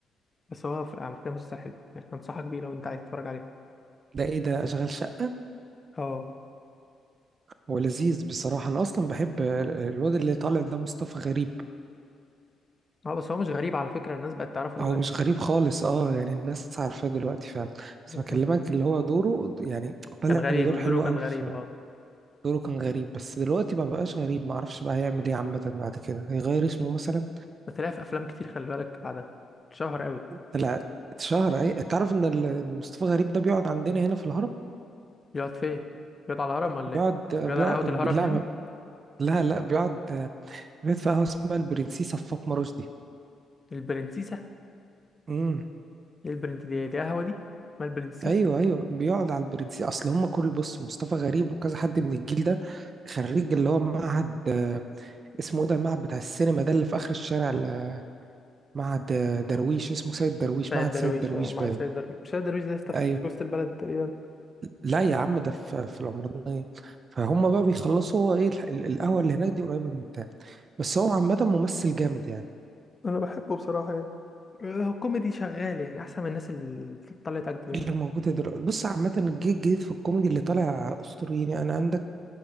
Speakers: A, on the left (about 25°); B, on the right (about 45°).
A: بس هو في- على فكره مسلسل حلو يعني انصحك بيه لو انت عايز تتفرج عليه
B: ده ايه ده اشغال شقه
A: اه
B: هو لذيذ بصراحة أنا أصلا بحب ال- الواد اللي طالع ده مصطفى غريب
A: اه بس هو مش غريب على فكره الناس بقت تعرفه دلوقتي
B: هو مش غريب خالص أه يعني الناس عارفاه دلوقتي فعلا
A: بالظبط.
B: بس بكلمك اللي هو دوره يعني طالع
A: كان غريب
B: بدور حلو
A: دوره كان
B: أوي
A: غريب
B: في
A: اه
B: دوره كان غريب بس دلوقتي ما بقاش غريب معرفش بقى هيعمل إيه عامة بعد كده هيغير اسمه مثلا
A: بس طلع في افلام كتير خلي بالك بعدها شهر قوي
B: طلع اتشهر أي تعرف إن ال- مصطفى غريب ده بيقعد عندنا هنا في الهرم
A: بيقعد فين بيقعد على الهرم ولا
B: بيقعد
A: ايه
B: بيقعد
A: بيقعد على قهوه الهرم
B: لا
A: يعني
B: لا لا بيقعد بيقعد في قهوة اسمها البرنسيسة في فاطمة رشدي
A: البرنسيسه
B: امم
A: ايه البرنس دي دي قهوه دي ما البرنسيسه
B: ايوه ايوه بيقعد على البرنسي اصل هم كل بص مصطفى غريب وكذا حد من الجيل ده خريج اللي هو معهد آه، اسمه ايه ده المعهد بتاع السينما ده اللي في اخر الشارع ال- معهد آه، درويش اسمه سيد درويش
A: سيد
B: معهد
A: درويش
B: سيد درويش
A: اه مع
B: باين
A: سيد درويش مش سيد درويش ده يا اسطى في
B: ايوه
A: وسط البلد تقريبا
B: لا يا عم ده في في العمرانية فهم بقى بيخلصوا هو ايه الح- ال- القهوة اللي هناك دي قريبة من بتاع بس هو عامة ممثل جامد يعني
A: انا بحبه بصراحه يعني آه، هو كوميدي شغال يعني احسن من الناس اللي طلعت اجد منه
B: اللي موجودة دلوقتي بص عامة الجيل الجديد في الكوميدي اللي طالع أسطوريين يعني عندك